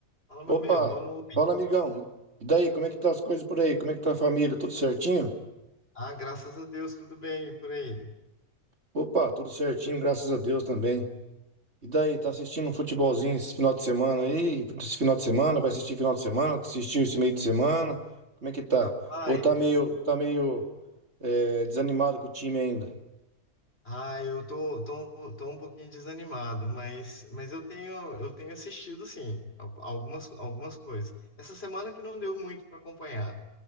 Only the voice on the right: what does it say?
Opa,
fala amigão. E e daí, como é que tá as coisas por aí? Como é que tá a família? Tudo certinho?
Opa, tudo certinho, graças a Deus também. E daí, tá assistindo um futebolzinho esse final de semana aí? Esse final de semana, vai assistir final de semana? Assistiu esse meio de semana? Como é que tá?
Ou tá meio, tá meio é, desanimado com o time ainda?